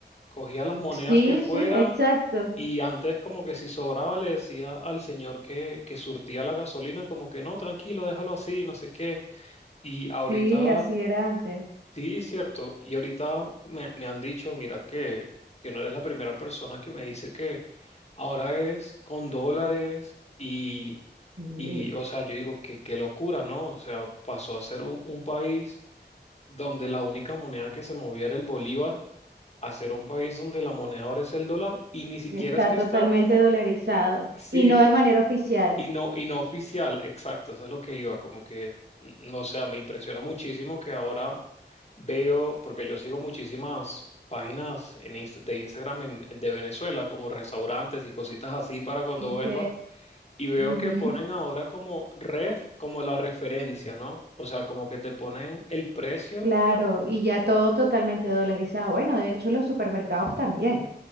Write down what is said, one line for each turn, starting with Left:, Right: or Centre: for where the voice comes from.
Left: cogía las monedas
Right: Sí,
Left: que fueran
Right: sí, exacto.
Left: y antes como que si sobraba le decía al señor que, que surtía la gasolina, como que no, tranquilo, déjalo así, no sé qué. Y ahorita,
Right: Sí, así era antes.
Left: sí, cierto, y ahorita me, me han dicho, mira que, que no eres la primera persona que me dice que ahora es con dólares y,
Right: Sí,
Left: y o sea, yo digo que qué locura, ¿no? O sea, pasó a ser un, un país donde la única moneda que se movía era el bolívar, a ser un país donde la moneda ahora es el dólar y ni siquiera
Right: está
Left: es que
Right: totalmente
Left: está como,
Right: dolarizado
Left: sí.
Right: y no de manera oficial.
Left: Y no, y no oficial, exacto, eso es lo que iba, como que, n- no sé, me impresiona muchísimo que ahora veo, porque yo sigo muchísimas páginas en Inst- de Instagram en- en- de Venezuela, como restaurantes y cositas así para cuando
Right: Ok.
Left: vuelva, y veo
Right: ujú,
Left: que ponen ahora como ref, como la referencia, ¿no? O sea, como que te ponen el precio
Right: Claro, y ya todo totalmente dolarizado. Bueno, de hecho los supermercados también.